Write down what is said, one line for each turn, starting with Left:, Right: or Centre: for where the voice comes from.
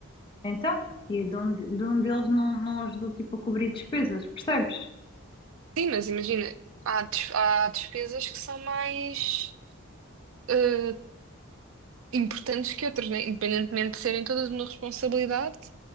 Left: Então, e de um, de um deles não, não ajudou tipo a cobrir despesas, percebes?
Right: Sim, mas imagina, há, des- há despesas que são mais eh, importantes que outras, né? Independentemente de serem todas uma responsabilidade.